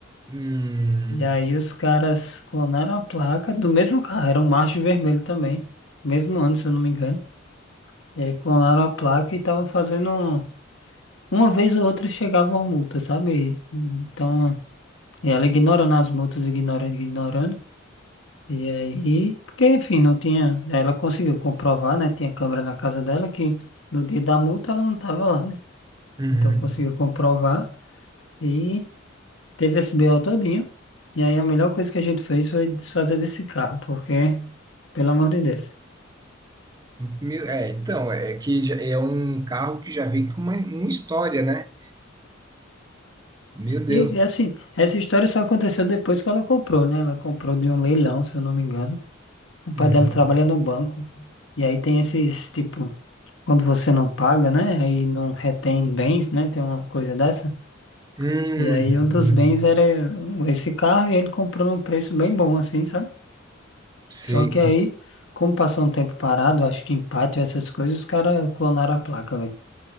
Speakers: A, on the right; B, on the left.
A: Hum.
B: E aí os caras clonaram a placa do mesmo carro. Era um March vermelho também. Mesmo ano, se eu não me engano. E aí clonaram a placa e estavam fazendo... um Uma vez ou outra chegava uma multa, sabe? Então, e ela ignorando as multas, ignorando, ignorando. E aí, porque enfim, não tinha. Ela conseguiu comprovar, né? Tinha câmera na casa dela que no dia da multa ela não estava lá, né?
A: Uhum.
B: Então conseguiu comprovar e teve esse BO todinho. E aí a melhor coisa que a gente fez foi desfazer desse carro, porque, pelo amor de Deus.
A: Meu- É, então, é que já- é um carro que já vem com uma, uma história, né? Meu Deus.
B: E assim, essa história só aconteceu depois que ela comprou, né? Ela comprou de um leilão, se eu não me engano. O pai
A: Uhum.
B: dela trabalha no banco. E aí tem esses, tipo, quando você não paga, né? Aí não retém bens, né? Tem uma coisa dessa.
A: Hum,
B: E aí um
A: sim.
B: dos bens era esse carro e ele comprou num preço bem bom, assim, sabe?
A: sei,
B: Só que aí, como passou um tempo parado, acho que empate, essas coisas, os caras clonaram a placa, velho.